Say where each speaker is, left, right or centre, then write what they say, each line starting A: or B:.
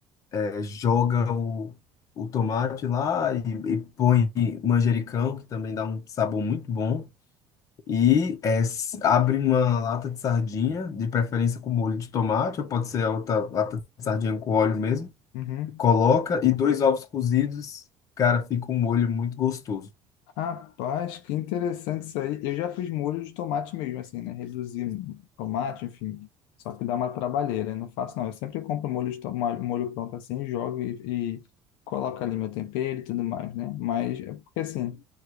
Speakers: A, on the left (about 40°); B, on the left (about 80°).
A: eh, joga o, o tomate lá e, e põe manjericão, que também dá um sabor muito bom. E eh, s- abre uma lata de sardinha, de preferência com molho de tomate, ou pode ser outra lata de sardinha com óleo mesmo.
B: Uhum.
A: Coloca e dois ovos cozidos, cara, fica um molho muito gostoso.
B: Rapaz, que interessante isso aí. Eu já fiz molho de tomate mesmo, assim, né? Reduzir tomate, enfim. Só que dá uma trabalheira. eu Não faço, não. Eu sempre compro molho de tomate, molho pronto assim, jogo e, e coloco ali meu tempero e tudo mais, né? Mas é porque assim,